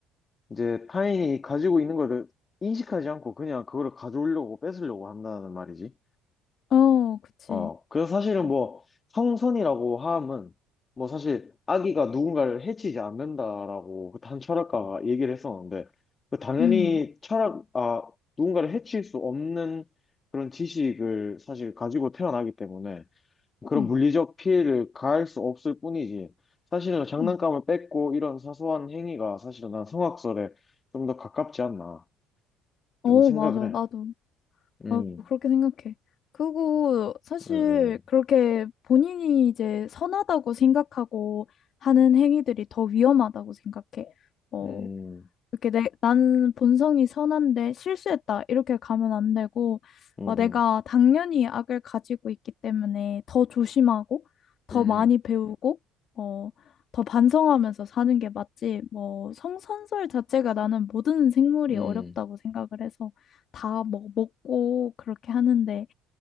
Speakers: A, on the left; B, on the left.
A: 이제 타인이 가지고 있는 거를 인식하지 않고 그냥 그거를 가져오려고 뺏으려고 한다는 말이지.
B: 어, 그치.
A: 어, 그래서 사실은 뭐 성선이라고 함은 뭐 사실 아기가 누군가를 해치지 않는다라고 그한 철학가가 얘기를 했었는데 그 당연히
B: 음,
A: 철학, 아, 누군가를 해칠 수 없는 그런 지식을 사실 가지고 태어나기 때문에 그런
B: 음,
A: 물리적 피해를 가할 수 없을 뿐이지 사실은 장난감을
B: 음.
A: 뺏고 이런 사소한 행위가 사실은 난 성악설에 좀 더 가깝지 않나
B: 어,
A: 좀 생각을
B: 맞아.
A: 해.
B: 나도.
A: 음,
B: 어, 그렇게 생각해. 그리고 사실
A: 음,
B: 그렇게 본인이 이제 선하다고 생각하고 하는 행위들이 더 위험하다고 생각해. 어,
A: 음, 음,
B: 이렇게 내, 나는 본성이 선한데 실수했다. 이렇게 가면 안 되고,
A: 음, 음,
B: 어, 내가
A: 음.
B: 당연히 악을 가지고 있기 때문에 더 조심하고, 더
A: 음,
B: 많이
A: 음.
B: 배우고, 어, 더 반성하면서 사는 게 맞지. 뭐, 성선설 자체가 나는 모든 생물이
A: 음,
B: 어렵다고 생각을 해서 다 뭐, 먹고 그렇게 하는데